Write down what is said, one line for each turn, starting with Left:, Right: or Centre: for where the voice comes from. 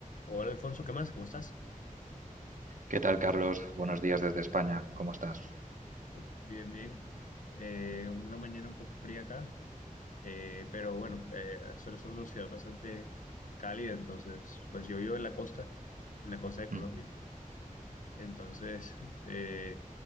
Left: Hola Alfonso, ¿qué más? ¿Cómo estás?
Right: ¿Qué tal, Carlos? Buenos días desde España. ¿Cómo estás?
Left: Uf, bien, bien. Eh, una mañana un poco fría acá, eh, pero bueno, eh, suele ser una ciudad bastante cálida, entonces, pues yo vivo en la costa, en la costa de
Right: Mm.
Left: Colombia, entonces eh,